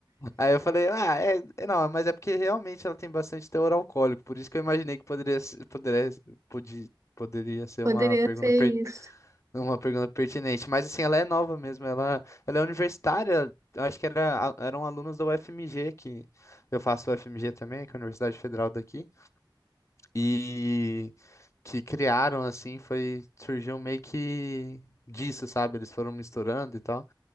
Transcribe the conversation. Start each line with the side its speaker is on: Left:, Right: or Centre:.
Left: Aí eu falei, ah, é, é não, mas é porque realmente ela tem bastante teor alcoólico, por isso que eu imaginei que poderia, se- poderia, podia, poderia ser
Right: Poderia
Left: uma pergunta,
Right: ser
Left: per-
Right: isso.
Left: uma pergunta pertinente. Mas assim, ela é nova mesmo, ela, ela é universitária, eu acho que era, eram alunos da UFMG, que eu faço UFMG também, que é a Universidade Federal daqui, e que criaram, assim, foi, surgiu meio que disso, sabe? Eles foram misturando e tal.